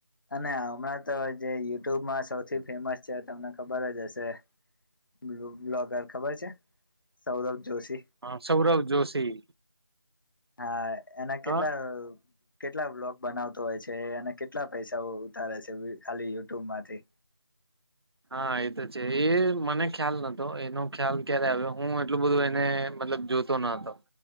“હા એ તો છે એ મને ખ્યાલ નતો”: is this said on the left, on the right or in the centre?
Right